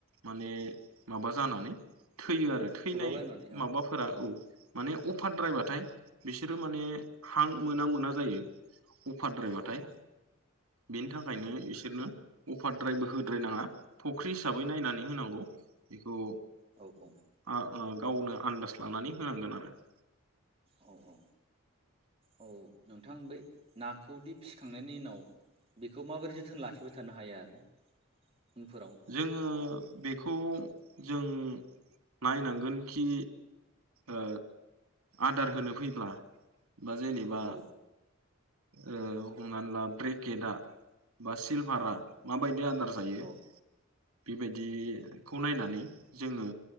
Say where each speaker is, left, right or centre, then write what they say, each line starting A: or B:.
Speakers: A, on the right (about 80°); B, on the right (about 25°).
A: माने माबा जानानै थैयो आरो थैनाय
B: सुदावलायनानै औ
A: माबाफोरा औ माने अफारद्रायबाथाय बिसोरो माने हां मोना मोना जायो । अफारद्रायबाथाय
B: औ औ
A: बेनि थाखायनो
B: औ
A: बिसोरनो अफारद्रायबो होद्रायनाङा फुख्रि हिसाबै नायनानै होनांगौ बेखौ
B: औ औ
A: आ ओ गावनो आन्दास लानानै होनांगोन आरो ।
B: औ औ औ नोंथां बे नाखौदि फिसिखांनायनि उनाव बेखौ माबोरै जोथोन लाखिबाय थानो हायो आरो? उनफोराव
A: जोङो बेखौ जों नायनांगोनखि ओ आदार होनो फैब्ला बा जेनेबा
B: औ
A: ओ हमनानै ला ब्रेकेदा बा सिलभारा
B: औ
A: माबायदि आदार जायो
B: औ
A: बेबायदि खौ नायनानै जोङो